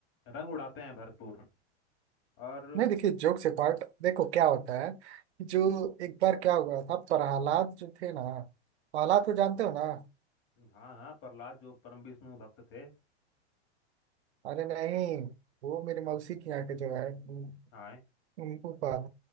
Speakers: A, on the left; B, on the right.
A: रंग उड़ाते हैं भरपूर और
B: नहीं देखिए जोक से पार्ट देखो क्या होता है कि जो एक बार क्या हुआ था प्रहलाद जो थे ना प्रहलाद को जानते हो ना
A: हाँ हाँ प्रहलाद जो परम विष्णु भक्त थे
B: अरे नहीं वो मेरे मौसी की यहाँ के जो है उन-
A: हाँ <laughs>
B: उनको पाल